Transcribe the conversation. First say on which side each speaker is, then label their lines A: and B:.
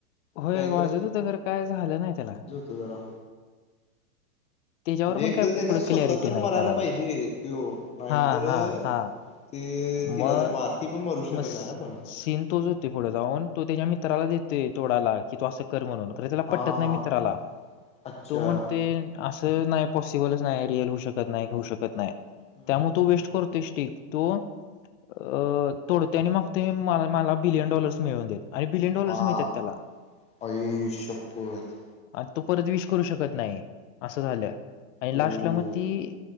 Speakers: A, on the left; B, on the left.
A: होय
B: काय
A: वाजतं होतं खर काय झालं नाही त्याला.
B: तो वेडा
A: त्याच्यावर
B: म्हणजे
A: पण
B: एकतरी
A: काय
B: त्यानं
A: पुढं
B: स्वतः
A: क्लॅरिटी
B: तर
A: नाही
B: मरायला
A: करायला
B: पाहिजे त्यो, नाहीतर
A: हा हा हा
B: ते तिला
A: मग
B: जर मारती, ती पण मरू शकतं
A: मग
B: नाही ना पण.
A: सीन तोच जातंय पुढं जाऊन तो त्याच्या मित्राला देतं तोडाला की तु असं कर म्हणून खर त्याला
B: हा
A: पटतं नाही
B: हा
A: मित्राला,
B: अच्छा.
A: तो म्हणतंय असं नाही पॉसिबलच नाही रिअल होऊ शकत नाही, होऊ शकत नाही,
B: हम्म
A: त्यामुळे
B: हम्म.
A: तो वेस्ट फोडतोय स्टीक, तो अ तोडते आणि मग ते मला, मला बिलियन डॉलर्स मिळवून देतं. आणि बिलियन डॉलर्स
B: वा
A: मिळतात त्याला.
B: आई शप्पथ
A: आणि तो परत विश करू शकत नाही, असं झालं आणि लास्टला
B: ओ.
A: मग ती